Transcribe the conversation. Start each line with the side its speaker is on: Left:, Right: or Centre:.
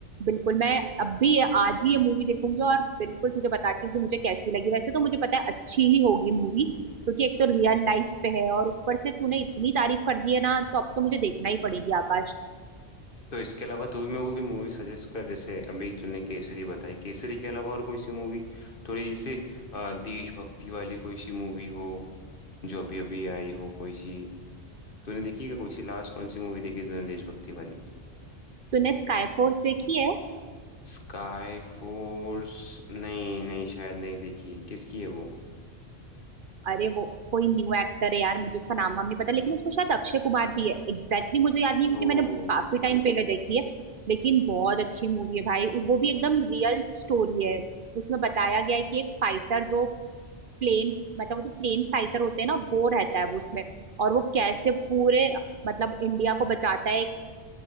Right: बिल्कुल मैं अब भी ये- आज ही ये मूवी देखूंगी और बिल्कुल तुझे बताती हूँ कि मुझे कैसी लगी वैसे तो मुझे पता है अच्छी ही होगी मूवी क्योंकि एक तो रियल लाइफ पे है और ऊपर से तूने इतनी तारीफ कर दी है ना तो अब तो मुझे देखना ही पड़ेगी आकाश
Left: तो इसके अलावा तू भी मेरे को कोई मूवी सजेस्ट कर जैसे अभी तूने केसरी बताई केसरी के अलावा और कोई सी मूवी थोड़ी जैसे अ, देशभक्ति वाली कोई सी मूवी हो जो अभी अभी आई हो कोई सी तूने देखी क्या कोई सी लास्ट कौन सी मूवी देखी तूने देशभक्ति वाली
Right: तूने स्काई फोर्स देखी है
Left: Sky force नहीं नहीं शायद नहीं देखी किसकी है वो
Right: अरे वो कोई न्यू एक्टर है यार मुझे उसका नाम वाम नहीं पता लेकिन उसमें शायद अक्षय कुमार भी है एग्जैक्टली exactly मुझे याद नहीं
Left: ओ
Right: क्योंकि मैंने काफी टाइम पहले देखी है लेकिन बहुत अच्छी मूवी है भाई वो भी एकदम रियल स्टोरी है उसमें बताया गया है कि एक फाइटर जो प्लेन मतलब वो जो प्लेन फाइटर होते हैं ना वो रहता है वो उसमें और वो कैसे पूरे मतलब इंडिया को बचाता है